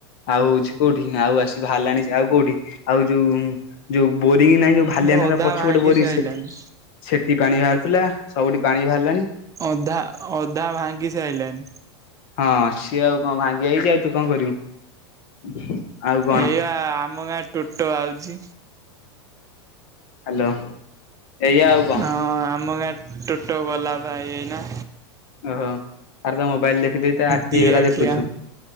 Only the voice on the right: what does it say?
ସେ ଅଧା
ଭାଙ୍ଗି
ସାଇଲାଣି।
ଅଧା ଅଧା ଭାଙ୍ଗି ସାଇଲାଣି।
ଏଇଆ ଆମ ଗାଁ ଟୋଟୋ ଆଉଛି।
ହଁ ଆମ ଗାଁ ଟୁଟୋ ଗଲା ବା ଏଇ ଏଇନା।
ଦି
ଆଖିଆ